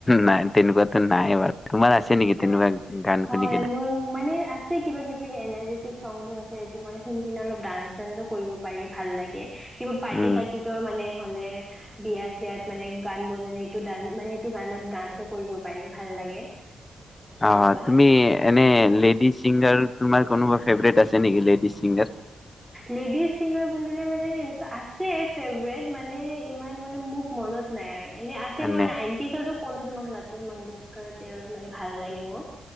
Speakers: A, on the left; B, in the centre.
A: নাই তেনেকুৱাতো নাই বাৰু। তোমাৰ আছে
B: আচ্ছা,
A: নেকি তেনেকুৱা গান
B: হয়
A: শুনি কিনে
B: মোৰ মানে আছে কিবা কিবি এনে চংবোৰ আছে সেটো মানে শুনি কিনে অলপ ডান্চ চান্চো কৰিব পাৰি। ভাল লাগে কিবা পাৰ্টি
A: উম
B: চাৰ্টিটো মানে হ'লে বিয়া চিয়াত মানে গান বনালে এইটো গান মানে এইটো গানত ডান্সো কৰিব পাৰি ভাল লাগে। সেনেকুৱা
A: অ', তুমি এনে লেডিজ চিংগাৰ তোমাৰ কোনোবা ফেভৰেট আছে নেকি লেডিজ চিংগাৰ?
B: লেডিজ ছিংগাৰ বুলিলে মানে এনেকুৱা আছে ফেভৰেট মানে ইমান মানে মোক মনত নাই আৰু। এনে আছে মই
A: নে
B: নাইনটিচতো ক'লো তোমাক লাতা মংগেশকাৰ তেওঁৰ মানে ভাল লাগে মোক